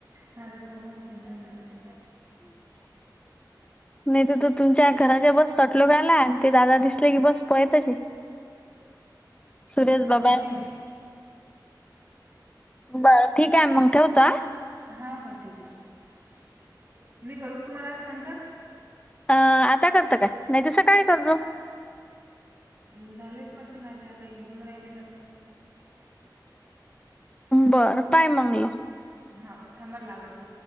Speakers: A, on the right; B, on the left.
A: ह तर समजते ना कडे
B: <inaudible> नाही तर तो तुमच्या घराच्या बस तटलो ग आलाय आणि ते दादा दिसले की बस पळेतच हे. सुरेश
A: हा
B: बाबा
A: ओके
B: <unintelligible> बर ठीक आहे मग ठेवतो हा.
A: हा हा ठीक आहे ठीक आहे. मी करू का तुम्हाला नंतर?
B: अ आता करत काय नाही तर सकाळी करतो.
A: हं झालेच वाटते माझ्या आता एक दोन राहिले झालं.
B: बरं काय म्हणलं?
A: होा थांबल लावते.